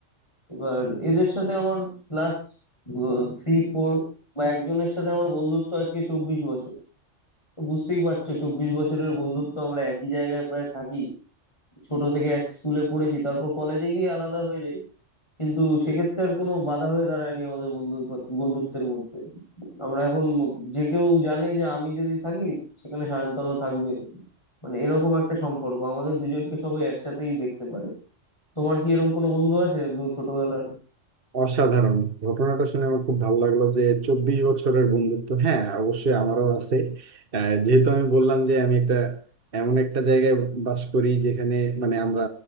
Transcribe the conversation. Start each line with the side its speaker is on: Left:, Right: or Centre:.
Left: এবার এদের সাথে আমার ক্লাস থ্রি ফোর বা একজনের সাথে আমার বন্ধুত্ব আজকে চব্বিশ বছর তো বুঝতেই পারছো চব্বিশ বছরের বন্ধুত্ব আমরা একই জায়গায় প্রায় থাকি ছোট থেকে এক স্কুলে পড়েছি তারপর কলেজে গিয়ে আলাদা হয়ে যাই কিন্তু সেক্ষেত্রে আর কোনো বাধা হয়ে দাঁড়ায়নি আমাদের বন্ধু বন্ধুত্বের মধ্যে আমরা এখন যে কেউ জানে যে আমি যদি থাকি সেখানে সায়ন্তনও থাকবে মানে এরকম একটা সম্পর্ক আমাদের দুজনকে সবাই একসাথেই দেখতে পারে তোমার কি এরকম কোনো বন্ধু আছে একদম ছোটবেলার
Right: অসাধারণ ঘটনাটা শুনে আমার খুব ভালো লাগলো যে চব্বিশ বছরের বন্ধুত্ব হ্যাঁ অবশ্যই আমারও আছে আহ, যেহেতু আমি বললাম যে আমি একটা এমন একটা জায়গায় বাস করি যেখানে মানে আমরা